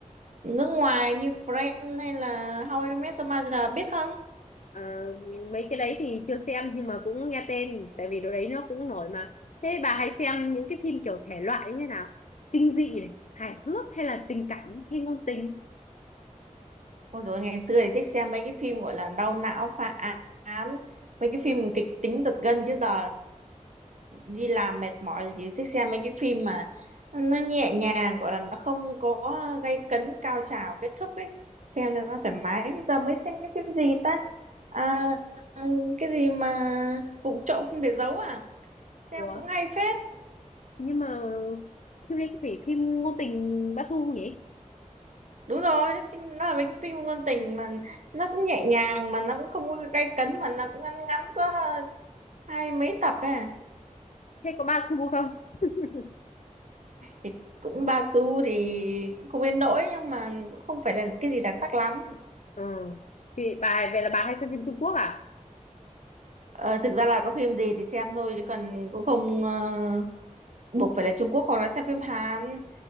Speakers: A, on the right (about 65°); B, on the left (about 65°).
A: nước ngoài như Friends hay là How I Met Your Mother biết không?
B: Ờ, mấy cái đấy thì chưa xem nhưng mà cũng nghe tên tại vì đồ đấy nó cũng nổi mà. Thế bà hay xem những cái phim kiểu thể loại như thế nào? Kinh dị này, hài hước hay là tình cảm hay ngôn tình?
A: Ôi dồi, ngày xưa thì thích xem mấy cái phim gọi là đau não phá án mấy cái phim kịch tính giật gân chứ giờ đi làm mệt mỏi thì chỉ thích xem mấy cái phim mà nó nhẹ nhàng gọi là nó không có gay cấn cao trào kết thúc ấy xem cho nó thoải mái giờ mới xem cái phim gì ta à, cái gì mà vụng trộm không để giấu à xem
B: Ủa?
A: cũng hay phết
B: nhưng mà phim này có phải phim ngôn tình ba xu không nhỉ
A: đúng rồi nó chính- nó là mấy cái phim ngôn tình mà nó cũng nhẹ nhàng mà nó cũng không có gay cấn mà nó cũng ngắn ngắn có hai mấy tập ấy à
B: hay có ba xu không <laughs>
A: thì cũng Basu thì cũng không đến nỗi nhưng mà cũng không phải là cái gì đặc sắc lắm
B: ờ thì bà về là bà hay xem phim Trung Quốc à
A: ờ, thực ra là có phim gì thì xem thôi chứ còn cũng không ờ, buộc phải là Trung Quốc hoặc là xem phim Hàn